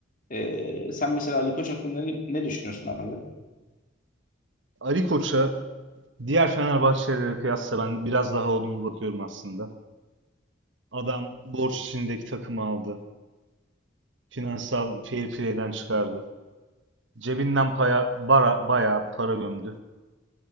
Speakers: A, on the left; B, on the right.
A: Ee, sen mesela Ali Koç hakkında ne, ne düşünüyorsun abi?
B: Ali Koç'a diğer Fenerbahçelilere kıyasla ben biraz daha olumlu bakıyorum aslında. Adam borç içindeki takımı aldı. Finansal fair play'den çıkardı. Cebinden paya, bara, bayağı para gömdü.